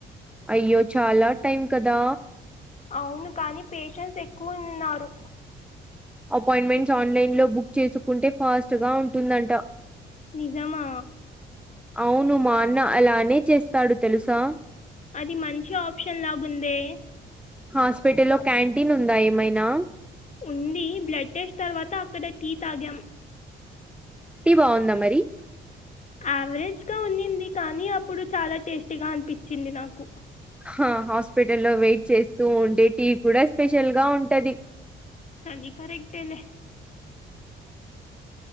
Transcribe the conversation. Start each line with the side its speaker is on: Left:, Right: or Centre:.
Centre: అయ్యో చాలా టైం కదా
Left: అవును కాని పేషన్స్ ఎక్కువ ఉన్నారు
Centre: అపాయింట్మెంట్స్ ఆన్లైన్ లో బుక్ చేసుకుంటే ఫాస్ట్ గా ఉంటుందంట
Left: నిజమా
Centre: అవును మా అన్న అలానే చేస్తాడు తెలుసా
Left: అది మంచి ఆప్షన్ లాగుందే
Centre: హాస్పిటల్ లో క్యాంటీన్ ఉందా ఏమైనా
Left: ఉంది బ్లడ్ టెస్ట్ తర్వాత అక్కడ టీ తాగాం
Centre: టి బావుందా మరి
Left: యావరేజ్ గా ఉన్నింది కానీ అప్పుడు చాలా టేస్టీగా అనిపిచింది నాకు
Centre: హ హాస్పిటల్ లో వెయిట్ చేస్తూ ఉంటే టీ కూడా స్పెషల్ గా ఉంటది
Left: అదీ కరెక్టే లే